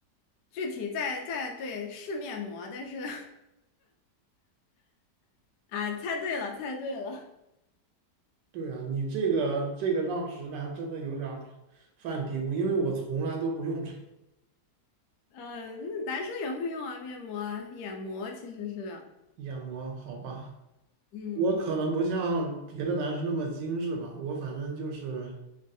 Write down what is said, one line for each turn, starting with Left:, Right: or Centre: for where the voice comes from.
Left: 具体在在对是面膜，但是 <laughs> 啊，猜对了，猜对了，
Right: 对啊，你这个这个让直男真的有点儿犯嘀咕，因为我从来都不用这
Left: 呃嗯男生也会用啊，面膜啊，眼膜其实是，
Right: 眼膜，好吧？
Left: 嗯，
Right: 我可能不像别的男生那么精致吧，我反正就是